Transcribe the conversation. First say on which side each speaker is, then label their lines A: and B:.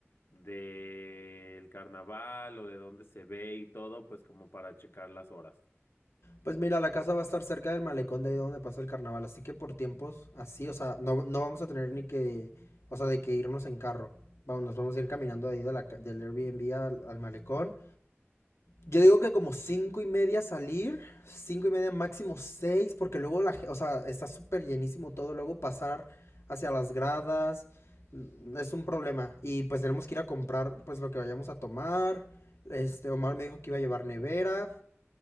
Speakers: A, on the left; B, on the left.
A: del carnaval o de dónde se ve y todo, pues como para checar las horas.
B: Pues mira, la casa va a estar cerca del malecón de ahí donde pasa el carnaval, así que por tiempos así, o sea, no, no vamos a tener ni que, o sea, de que irnos en carro. Vamos, nos vamos a ir caminando de ahí de la ca- del Airbnb al, al malecón. Yo digo que como cinco y media salir, cinco y media máximo seis, porque luego la, ge- o sea, está súper llenísimo todo, luego pasar hacia las gradas, mm, es un problema. Y pues tenemos que ir a comprar pues lo que vayamos a tomar. Este, Omar me dijo que iba a llevar nevera.